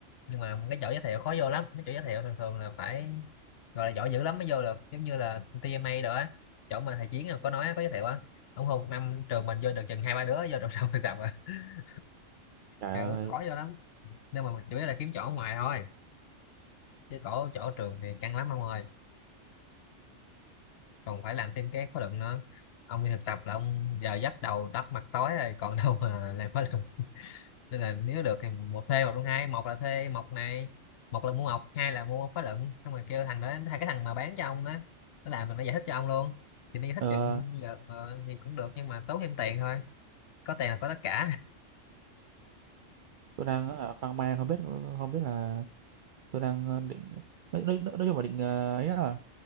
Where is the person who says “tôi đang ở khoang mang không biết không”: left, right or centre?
Right